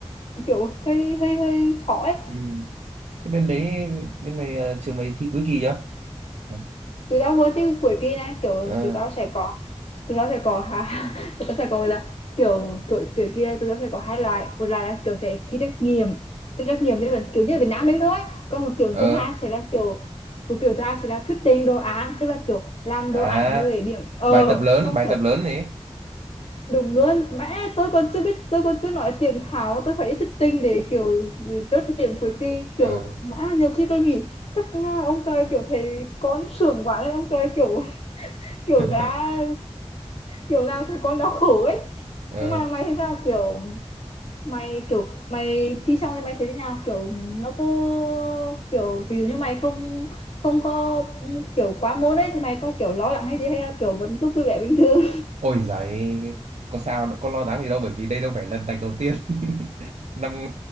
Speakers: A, on the left; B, on the right.
A: kiểu hơi hơi hơi khó ấy
B: Ừ. Thế bên đấy bên mày ờ, trường mày thi cuối kỳ chưa? Ừ.
A: tụi tao vừa tới cuối kỳ này kiểu
B: Ờ
A: tụi tao sẽ có tụi tao sẽ có ha <laughs> tụi tao sẽ có là kiểu kiểu kiểu kia tụi tao sẽ có hai loại một loại là kiểu sẽ thi trắc nghiệm thi trắc nghiệm thì vẫn kiểu như ở Việt Nam mình thôi còn một kiểu
B: ờ
A: thứ hai sẽ là kiểu một kiểu thứ hai sẽ là thuyết trình đồ án tức là kiểu làm
B: à
A: đồ án rồi để điểm ờ
B: bài tập lớn
A: sau
B: bài
A: kiểu
B: tập lớn này
A: đúng luôn mẹ tôi còn chưa biết tôi còn chưa nói tiếng Tháo tôi phải đi thuyết trình để kiểu chốt điểm cuối kỳ
B: ờ
A: kiểu mã nhiều khi tôi nghĩ chắc à, ông trời kiểu thấy con sướng quá đấy ông trời kiểu kiểu
B: <laughs>
A: đã kiểu nào thấy con đau khổ ấy
B: ờ
A: nhưng mà mày thì sao kiểu mày kiểu mày thi xong thì mày thấy thế nào kiểu nó có kiểu ví dụ như mày không không có ừ, kiểu quá môn ấy thì mày có kiểu lo lắng hay gì hay là kiểu vẫn cứ vui vẻ bình thường
B: ôi giời có sao đâu, có lo lắng gì đâu bởi vì đây đâu phải lần tạch đầu tiên <laughs> năm